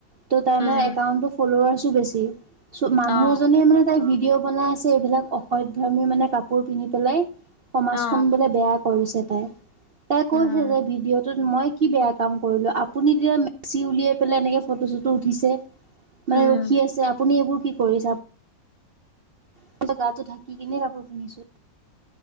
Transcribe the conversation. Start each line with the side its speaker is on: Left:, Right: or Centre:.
Right: ত তাই
Left: উম
Right: মানে একাউণ্টটো ফল্লোৱাৰ্ছ বেছি মানুহ
Left: অ
Right: এ মানে তাই ভিড বনাই আছে এইবিলাক অসচধৰ্মী মানে কাপোৰ পিন্ধি পেলাই সমাজখন
Left: অ
Right: বোলে বেয়া কৰিছে তাই তাই
Left: উম
Right: কৈছে যে ভিডিঅ'টোত মই কি বেয়া কাম কৰিলো আপুনি তেতিয়া মেচি উলিয়াই পেলাই এনেকে ফটো চটো উঠিছে মানে
Left: উম
Right: ৰখি আছে আপুনি এইবোৰ কি কৰিছে কি গাটো ঢাকি কিনে কাপোৰ পিন্ধিছো।